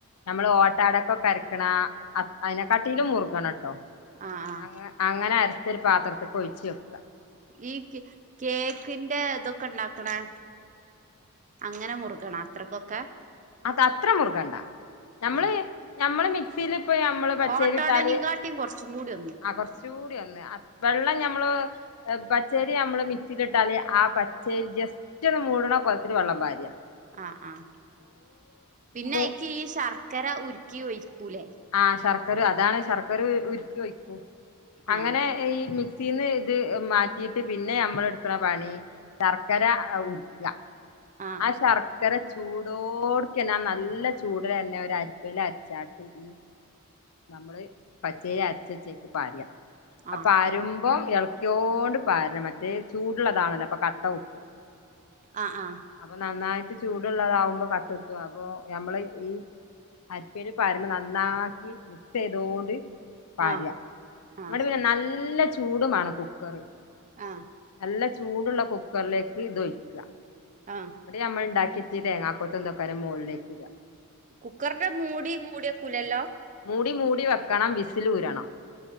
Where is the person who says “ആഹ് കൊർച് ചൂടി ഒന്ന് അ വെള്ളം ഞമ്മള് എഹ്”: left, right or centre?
Left